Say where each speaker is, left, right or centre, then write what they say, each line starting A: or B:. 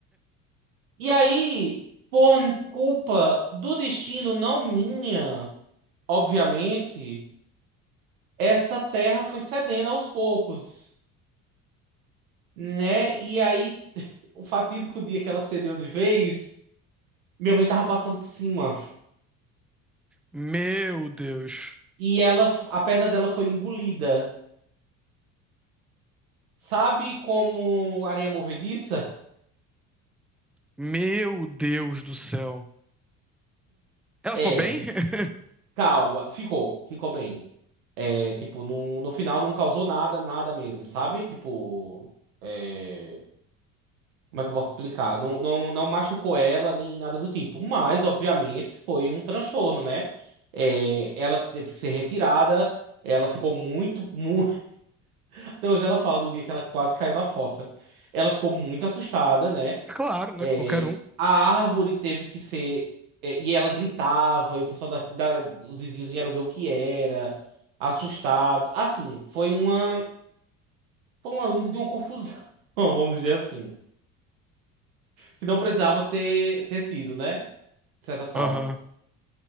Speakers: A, on the right; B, in the centre.
A: E aí, por culpa do destino, não minha, obviamente, essa terra foi cedendo aos poucos, né? E aí, o fatídico dia que ela cedeu de vez, minha mãe tava passando por cima.
B: Meu Deus.
A: E ela, a perna dela foi engolida. Sabe como areia movediça?
B: Meu Deus do céu. Ela
A: É,
B: ficou bem? <laughs>
A: calma, ficou, ficou bem. É, tipo, no, no final não causou nada, nada mesmo, sabe? Tipo. é, Como é que eu posso explicar? Não, não, não machucou ela nem nada do tipo. Mas, obviamente, foi um transtorno, né? É, ela teve que ser retirada. Ela ficou muito, muito. <laughs> Até hoje ela fala do dia que ela quase caiu na fossa. Ela ficou muito assustada, né?
B: Claro, né?
A: É,
B: Qualquer um.
A: a árvore teve que ser. é, e ela gritava, e o pessoal da, da- dos vizinhos vieram ver o que era, assustados. Assim, foi uma. Foi uma linda de uma confusão, <laughs> vamos dizer assim. que não precisava ter, ter sido, né? De certa forma.
B: Aham.